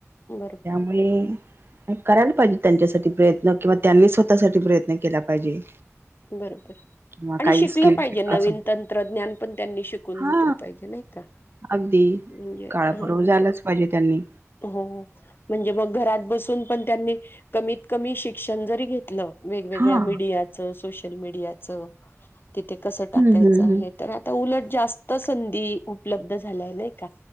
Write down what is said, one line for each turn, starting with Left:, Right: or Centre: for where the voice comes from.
Left: बरोबर.
Right: हम्म करायला पाहिजे त्यांच्यासाठी. प्रयत्न किंवा त्यांनी स्वतःसाठी प्रयत्न केला पाहिजे.
Left: बरोबर.
Right: किंवा
Left: आणि
Right: काही
Left: शिकलं
Right: स्किल
Left: पाहिजे नवीन
Right: अस
Left: तंत्रज्ञान पण त्यांनी शिकून
Right: हा
Left: घेतलं पाहिजे नाही का?
Right: अगदी
Left: म्हणजे
Right: काळाबरोबर
Left: ह
Right: जायलाच पाहिजे त्यांनी.
Left: हो म्हणजे मग घरात बसून पण त्यांनी कमीत कमी शिक्षण जरी घेतलं. वेगवेगळ्या
Right: हा
Left: मीडियाचं सोशल मीडियाचं तिथे कसं टाकायचं
Right: हम्म हम्म
Left: आहे.
Right: हम्म
Left: तर आता उलट जास्त संधी उपलब्ध झाल्या नाही का?